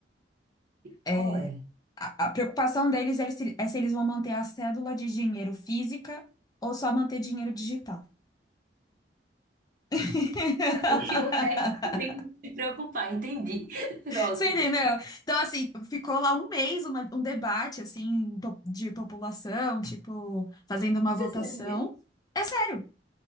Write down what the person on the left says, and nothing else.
É,
a, a preocupação deles é se, é se eles vão manter a cédula de dinheiro física ou só manter dinheiro digital. <laughs>
Você entendeu? Então, assim, ficou lá um mês uma- um debate, assim, po- de população, tipo, fazendo uma
votação.
É sério,